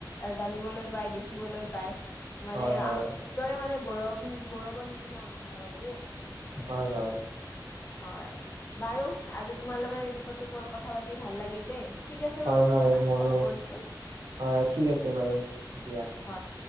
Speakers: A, on the left; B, on the right.
A: এ জানিবলৈ পায়, দেখিবলৈ পায়। মানে
B: হয় হয়
A: আমাৰ দৰে মানে গৌৰৱ, গৌৰৱৰ নিচিনা অনুভৱ হয় দেই।
B: হয় হয়।
A: হয়, বাৰু আজি তোমাৰ লগত এই বিষয়টোৰ ওপৰত কথা পাতি ভাল লাগিল দেই। ঠিক আছে
B: হয়
A: বাৰু,
B: হয় মোৰো
A: কৰিছোঁ।
B: হয়, অ' ঠিক আছে বাৰু দিয়া।
A: হয়।